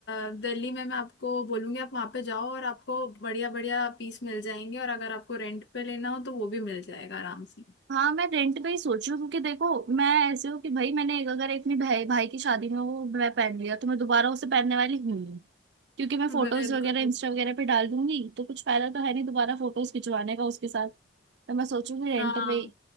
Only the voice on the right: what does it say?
हाँ मैं रेंट पे ही सोच रही हूँ क्योंकि देखो मैं ऐसे हूँ कि भाई मैंने एक अगर एक अपने भाई भाई की शादी में वो मैं पहन लिया तो मैं दोबारा उसे पहनने वाली हूँ नहीं। क्योंकि मैं
फोटोज वगैरह
इंस्टा वगैरह पे डाल दूंगी तो कुछ फायदा तो है नहीं दोबारा फोटोज खिंचवाने का उसके साथ तो मैं सोचूंगी रेंट
पे